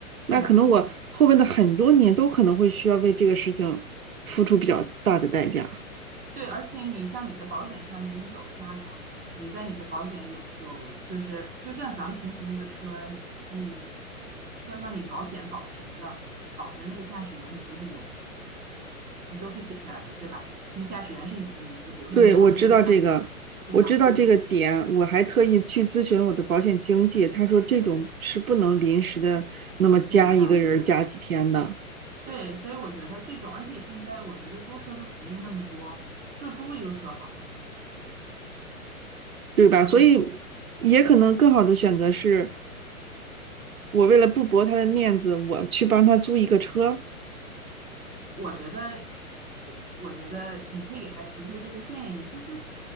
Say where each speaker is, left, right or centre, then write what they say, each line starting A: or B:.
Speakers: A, on the right (about 20°); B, on the right (about 70°).
A: 对呀、
B: 那可能我后面的很多年都可能会需要为这个事情付出比较大的代价。
A: 对，而且你像你的保险上面，你有加他吗？你在你的保险有有，就是就像咱们平时那个车，你车上你保险保谁了，保的那个驾驶员你都是有，你都是写下来的，对吧？那驾驶员是你的名字，比如说你两个人驾驶，
B: 对，我知道这个，
A: 对吧？
B: 我知道这个点，我还特意去咨询了我的保险经纪，他说这种是不能临时的，那么加一个人儿加几天的，
A: 添加的，对，所以我觉得这种，而且现在我觉得租车的服务那么多，就租一个车好了。
B: 对吧？
A: 我觉得
B: 所以也可能更好的选择是我为了不驳他的面子，我去帮他租一个车。
A: 我觉得，我我觉得你可以给他提出这个建议，就是